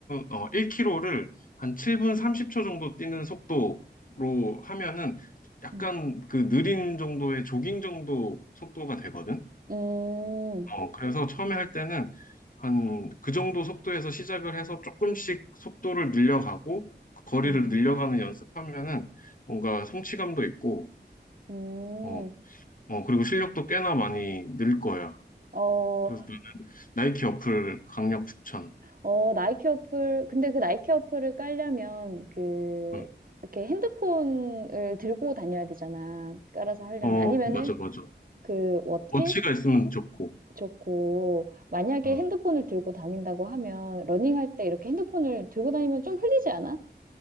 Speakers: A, on the left; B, on the right.
A: 어, 1km를 한 7분 30초 정도 뛰는 속도로 하면은 약간
B: 음,
A: 그 느린 정도의 조깅 정도 속도가 되거든.
B: 음,
A: 어, 그래서 처음에 할 때는 한 그 정도 속도에서 시작을 해서 조금씩 속도를 늘려가고 거리를
B: 음,
A: 늘려가는 연습하면은 뭔가 성취감도 있고
B: 음,
A: 어, 어, 그리고 실력도 꽤나 많이 늘 거야.
B: 어,
A: 그래서 나이키 어플 강력 추천.
B: 어, 나이키 어플, 근데 그 나이키 어플을 깔려면, 그,
A: 응.
B: 이렇게 핸드폰을 들고 다녀야 되잖아. 깔아서 하려면.
A: 어,
B: 아니면은,
A: 맞아, 맞아.
B: 그, 워치?
A: 워치가 있으면 좋고.
B: 좋고, 만약에
A: 응.
B: 핸드폰을 들고 다닌다고 하면, 러닝할 때 이렇게 핸드폰을 들고 다니면 좀 흘리지 않아?